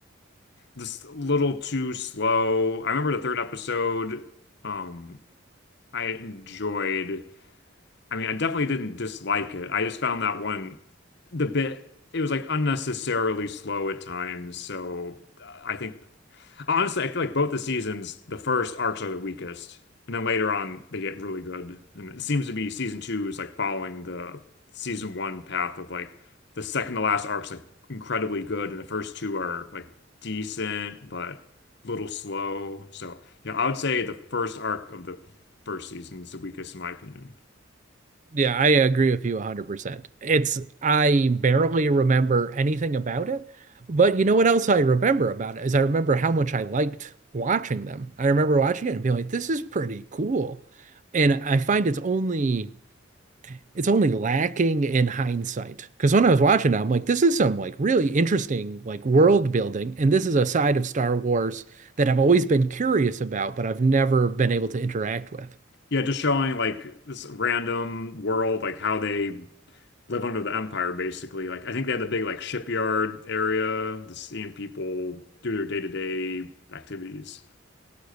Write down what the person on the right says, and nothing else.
Yeah, I agree with you 100%. It's I barely remember anything about it, but you know what else I remember about it is I remember how much I liked watching them. I remember watching it and being like, this is pretty cool. And I find it's only it's only lacking in hindsight. Because when I was watching it, I'm like, this is some like really interesting like world building, and this is a side of Star Wars that I've always been curious about, but I've never been able to interact with.